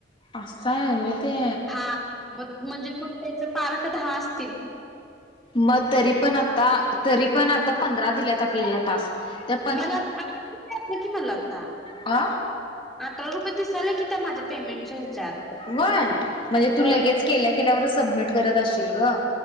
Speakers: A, on the left; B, in the centre.
A: असाय व्हय ते.
B: आ म म्हणजे मग त्याच पार्ट दाहा आस.
A: म तरी पण आता तरी पण आ पंधरा दिल्यात आपल्याला टास्क त्यात
B: <unintelligible> मला आता.
A: अ
B: अठरा रुपये दिसाल की त्या माझ्या पेमेंटच्या ह्याच्यात.
A: व्हय म्हणजे
B: होय
A: तू लगेच
B: ते
A: केल्या केल्यावर सबमिट करत अशील ग.